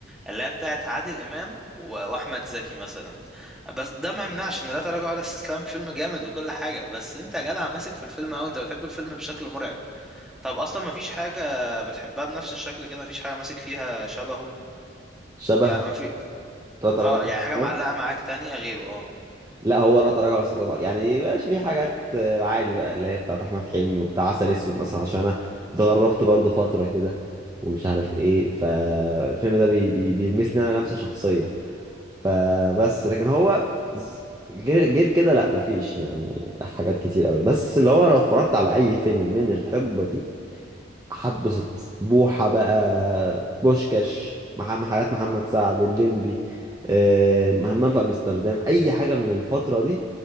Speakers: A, in the centre; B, on the right (about 20°).
A: اللي هي بتاعت عادل امام و- واحمد زكي مثلا بس ده ما يمنعش ان لا تراجع ولا استسلام فيلم جامد وكل حاجه بس انت يا جدع ماسك في الفيلم او انت بتحب الفيلم بشكل مرعب طب اصلا ما فيش حاجه بتحبها بنفس الشكل كده ما فيش حاجه ماسك فيها شبهه
B: شبه
A: يعني ما في
B: لا تراجع
A: اه
B: ولا
A: يعني
B: استسلام
A: حاجه معلقه معاك تانية غيره اه
B: لا هو لا تراجع ولا استسلام يعني ماشي في حاجات آه، عادي بقى اللي هي بتاعت احمد حلمي وبتاع عسل اسود مثلا عشان انا اتغربت برضو فتره كده ومش عارف ايه فالفيلم ده بي بي بيلمسني انا لمسه شخصيه فبس لكن هو ز- غير غير كده لا مفيش يعني حاجات كتير قوي بس اللي هو لو اتفرجت على اي فيلم من الحقبه دي هتبسط بوحه بقى بوشكاش محمد حاجات محمد سعد الليمبي آه، همام في امستردام اي حاجه من الفتره دي